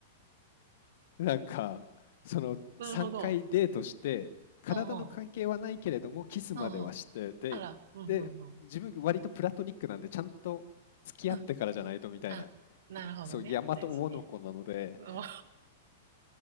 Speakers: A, on the left; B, on the right.
A: なんかその3回デートして体の関係はないけれどもキスまではしてでで自分割とプラトニックなんでちゃんと付き合ってからじゃないとみたいな
B: <laughs> なるほど。ああ、ああ。あら、うんうんうん。うん。あ、なるほどね。
A: そう大和大の子なので
B: 大事ね。お